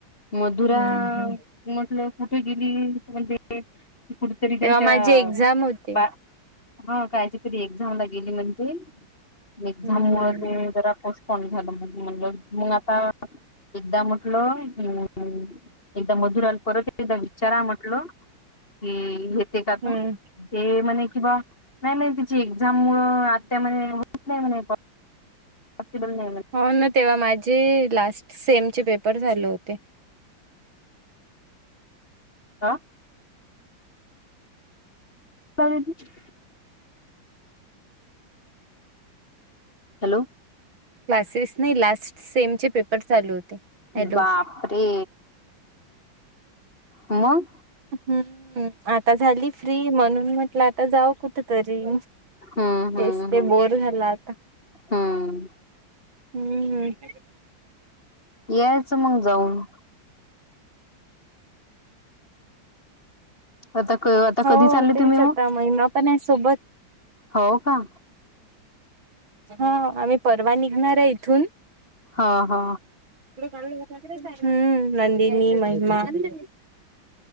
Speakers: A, on the left; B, on the right.
A: मधुरा
B: हम्म हम्म
A: म्हटलं कुठे गेली म्हणजे क कुठतरी त्यांच्या
B: तेव्हा माझी एक्झाम होते
A: बा हा कायची तरी एक्झामला गेली म्हणजे... एक्झाम
B: हम्म
A: मुळ ते जरा आपो फोन झाला म्ह मग आता <unintelligible> एक दा <unintelligible> परत एकदा विचारा म्हटल की घेते का
B: हम्म
A: तू ते म्हणे. किं बा नाही म्ह तिची एक्झाम मुळ आत्या म्हने होत नाही म्हने प पॉसिबल नाही मि.
B: हो ना तेव्हा माझे लास्ट सेम चे पेपर झाले होते.
A: आ. काय म्हणती.? हॅलो.
B: क्लासेस नाही लास्ट. सेमचे पेपर चालू होते हॅलो.
A: बापरे हम्.
B: हम्म आता झाली फ्री म्हणून म्हटलं आता जाऊ कुठ तरी.
A: हम्म
B: तेच
A: हम्म हम्म
B: ते बोर झाला आता.
A: हम्म
B: हम्म हम्म.
A: यायचं मग जाऊन. आता आता
B: हो
A: कधी चालले
B: तेच
A: तुम्ही
B: आता
A: मग
B: महिमा पण आहे सोबत.
A: हो का
B: हा आम्ही परवा निघणार आहे इथून.
A: हा हा.
B: हम्म नंदिनी महिमा म्ह